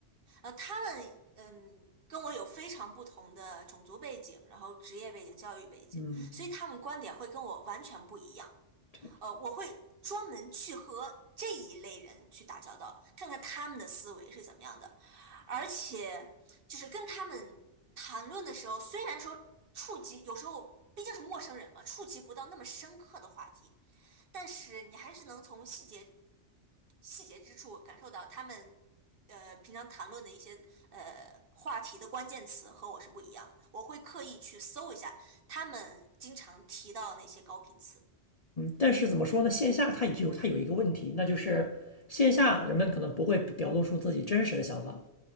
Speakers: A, on the right; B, on the left.
A: 呃，他们嗯跟我有非常不同的种族背景，然后职业背景、教育背景，
B: 嗯，
A: 所以他们观点会跟我完全不一样。
B: 对。
A: 呃，我会专门去和这一类人去打交道，看看他们的思维是怎么样的，而且就是跟他们谈论的时候，虽然说触及有时候毕竟是陌生人嘛，触及不到那么深刻的话题，但是你还是能从细节细节之处感受到他们呃平常谈论的一些呃话题的关键词和我是不一样的。我会刻意去搜一下他们经常提到的那些高频词。
B: 但是怎么说呢？线下它有它有一个问题，那就是线下人们可能不会表露出自己真实的想法，